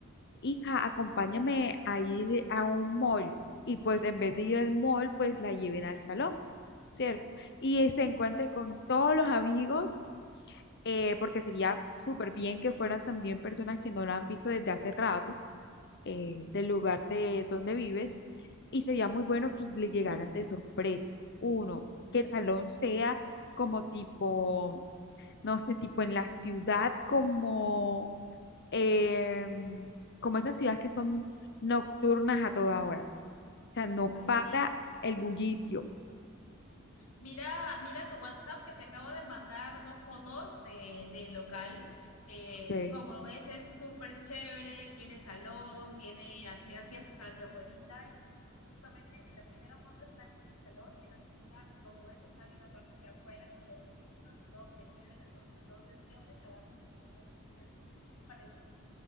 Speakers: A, on the left; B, on the left.
A: hija, acompáñame a ir a un mall. Y pues en vez de ir al mall, pues la lleven al salón, ¿cierto? Y eh, se encuentre con todos los amigos, eh, porque sería súper bien que fueran también personas que no la han visto desde hace rato eh, del lugar de donde vives y sería muy bueno que le llegaran de sorpresa. Uno, que el salón sea como tipo, no sé, tipo en la ciudad, como, eh, como esas ciudades que son nocturnas a toda hora. O sea, no
B: Ay,
A: para
B: sí,
A: el bullicio.
B: Mira, mira tu WhatsApp que te acabo de mandar dos fotos de, de local. Eh,
A: que
B: como ves, es súper chévere, tiene salón, tiene así hacia, hacia afuerita y justamente en la primera foto están en el salón y en la segunda, como ves, están en la parte de afuera con los foquitos y todo prendido en la noche. Entonces, creo que se adapta a lo que me estás diciendo, parece.